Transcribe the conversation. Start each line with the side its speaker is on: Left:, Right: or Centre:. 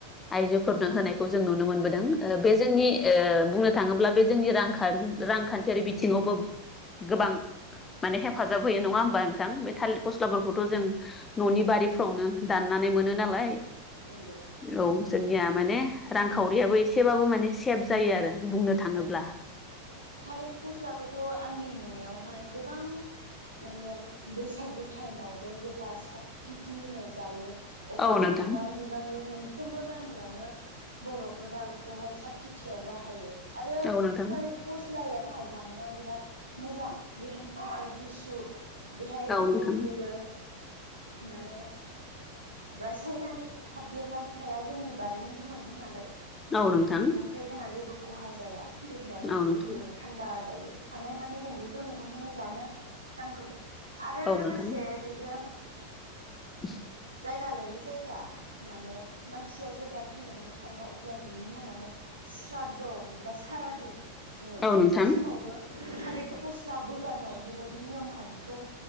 Left: आइजोफोरनो होनायखौ जों नुनो मोनबोदों बे जोंनि ओ बुंनो थाङोब्ला बे जोंनि रां रांखान्थियारि बिथिङावबो गोबां माने हेफाजाब होयो नङा होमबा नोंथां बे थालिर फस्लाफोरखौथ' जों न'नि बारिफ्रावनो दा नानै मोनो नालाय।
Right: नंगौ
Left: औ जोंनिया माने रांखावरियाबो एसेबाबो माने सेब जायो आरो बुंनो थाङोब्ला
Right: औ थालिर फस्लाखौथ' आंनि नुनायावहाय गोबां माने बैसागु टाइमावबो जेब्ला साथिथि होननाय जायो अब्लाबो
Left: औ नोंथां
Right: गोबां बि बांनि मोनफ्रोमबो गामियावनो बर'फोरा बेखौहाय साथिथियाव बाहायो। आरो
Left: औ नोंथां
Right: थालिर फस्लायाना जानायाव बिराद मोजां देहानि थाखाय गुसु। बेहाय
Left: औ
Right: गुबुन
Left: नोंथां
Right: जेबो माने रासायनारिक हाबदेरनानै थाया जोंनि बारिनिनो मैगं नालाय।
Left: औ नोंथां
Right: बेनिखाय जोंहा जेबो खहा जाया देहायाबो
Left: औ
Right: गोगगो
Left: नोंथां
Right: थानदा जायो हानाय मानि जों बेफोर मैगंखौनो जानो नांगौ। आरो
Left: औ नोंथां
Right: लोगोसे बेजों
Left: <inaudible>
Right: जायगा लायै जायगा माने मानसिया जेब्ला थैनानै थाङो अब्ला बिनि मुङावहाय स्राद बा सारादु खुङो
Left: औ नोंथां
Right: बे समावबो थालिर फस्ला बोगारनाय बेबायदि नियम खान्थिखौ